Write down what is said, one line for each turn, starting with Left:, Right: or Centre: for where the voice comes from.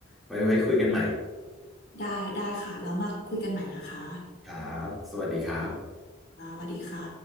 Centre: ไว้ไว้คุยกันใหม่
Left: ได้ได้ค่ะ แล้วมาคุยกันใหม่นะคะ
Centre: ครับสวัสดีครับ
Left: อ่าสวัสดีค่ะ